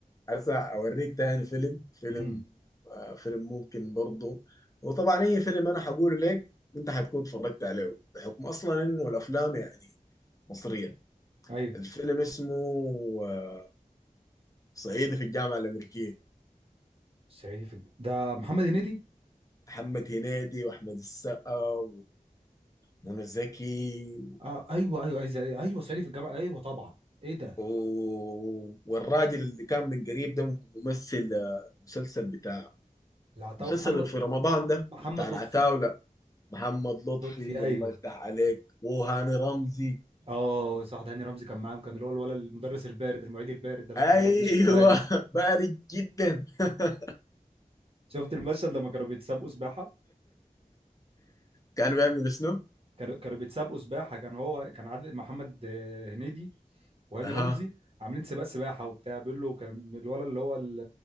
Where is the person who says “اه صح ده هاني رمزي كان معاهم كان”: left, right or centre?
Right